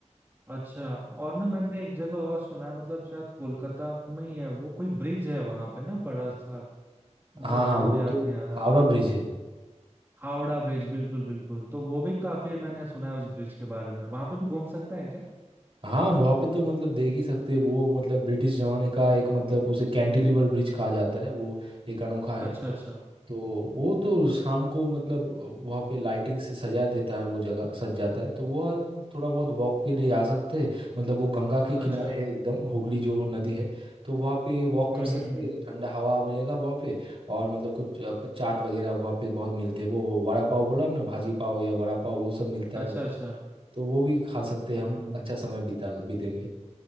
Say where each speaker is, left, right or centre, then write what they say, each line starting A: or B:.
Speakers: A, on the right; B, on the right.
A: अच्छा और ना मैंने एक जगह और सुना है मतलब शायद कोलकाता में ही है वो कोई ब्रिज है वहां पे ना बड़ा सा मुझे
B: हाँ
A: नाम
B: हाँ वो
A: याद
B: तो
A: नहीं आ रहा
B: हावड़ा ब्रिज है
A: हावड़ा ब्रिज बिल्कुल बिल्कुल तो वो भी काफी मैंने सुना है उस ब्रिज के बारे में वहां पे भी घूम सकते हैं क्या
B: हाँ वहाँ पे तो मतलब देख ही सकते हैं वो मतलब ब्रिटिश जमाने का एक मतलब उसे कैंटिलीवर ब्रिज कहा जाता है वो एक अनोखा
A: अच्छा
B: है
A: अच्छा
B: तो वो तो शाम को मतलब वहाँ पे लाइटिंग से सजा देता है वो जगह सज जाता है तो वह थोड़ा बहुत वॉक पे ले जा सकते हैं मतलब वो गंगा के किनारे
A: अच्छा
B: है एकदम हुगली जो नदी है तो वहाँ पे वॉक
A: हम्म
B: कर सकते
A: हम्म हम्म
B: हैं ठंडा हवा मिलेगा वहाँ पे और मतलब कुछ अ, चाट वगैरह वहाँ पे बहुत मिलते हैं वो, वो वड़ा पाव बोला ना भाजी पाव या वड़ा पाव वो सब मिलता
A: अच्छा
B: है बहुत
A: अच्छा
B: तो वो भी खा सकते
A: हम्म
B: हैं हम अच्छा समय बिता बीतेंगे